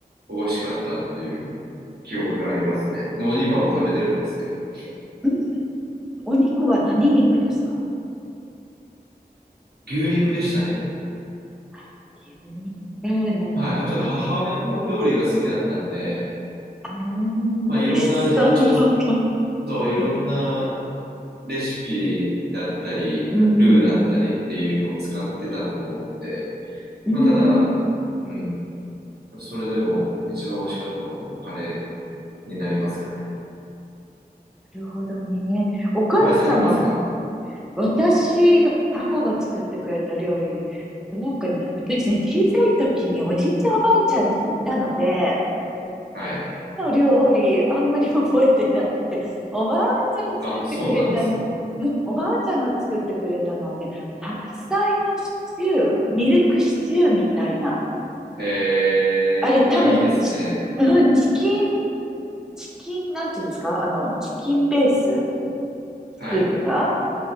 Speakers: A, on the right (about 80°); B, in the centre.
A: 美味しかったっていう記憶がありますね。もう今も食べてるんですけど。
B: おお。うん。お肉は何肉ですか
A: 牛肉でしたね。
B: あ牛肉。えー、なんか本格
A: はい、はちょっと母親も料理が好きだったんで、
B: あー、
A: まあ、いろんな味に調
B: 美味しそう。
A: そう、いろんな
B: <laughs>
A: レシピだったり、かルーだったりっていうのを使ってたと思うんで、
B: うん。うん。
A: まあ、ただ、うん、それでも一番美味しかったもの、カレーになりますかね。
B: なるほどね。お母様、
A: マヤさんありますか
B: 私が、母が作ってくれた料理、どうかね。私ね、小さい時におじいちゃんおばあちゃん家にいたので、
A: はい。
B: 母の料理、あんまり覚えてなくて、おばあちゃん作ってくれたの、
A: あ、そうなんです。
B: うん、おばあちゃんが作ってくれたのはね、白菜のシチュー、ミルクシチューみたいな。
A: えー、
B: あれ多分、
A: あ、いいですね。
B: チうん、チキンチキン、なんていうんですかあの、チキンベース、
A: はい。
B: スープが、